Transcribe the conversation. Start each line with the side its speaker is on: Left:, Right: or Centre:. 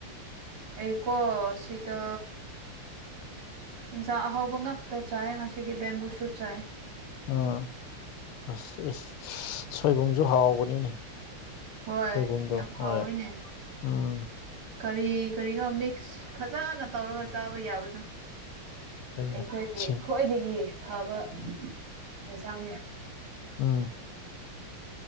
Right: ꯑꯩꯀꯣ ꯑꯁꯤꯗ ꯏꯟꯁꯥꯡ ꯑꯍꯥꯎꯕ ꯉꯥꯛꯇ ꯆꯥꯏ ꯉꯁꯤꯗꯤ ꯕꯦꯝꯕꯨꯁꯨꯠ ꯆꯥꯏ
Left: ꯑꯥ ꯑꯁ ꯑꯁ ꯁꯣꯏꯕꯨꯝꯁꯨ ꯍꯥꯎꯕꯅꯤꯅꯦ
Right: ꯍꯣꯏ
Left: ꯁꯣꯏꯕꯨꯝꯗꯣ
Right: ꯌꯥꯝ
Left: ꯍꯣꯏ
Right: ꯍꯥꯎꯏꯅꯦ
Left: ꯎꯝ
Right: ꯀꯔꯤ ꯀꯔꯤꯅꯣ ꯃꯤꯛꯁ ꯐꯖꯅ ꯇꯧꯔꯒ ꯆꯥꯕ ꯌꯥꯕꯗꯣ
Left: ꯀꯩꯅꯣ
Right: ꯑꯩꯈꯣꯏꯗꯤ
Left: ꯁꯤ
Right: ꯈ꯭ꯋꯥꯏꯗꯒꯤ ꯐꯕ ꯌꯦꯟꯁꯥꯡꯅꯦ
Left: ꯑꯥ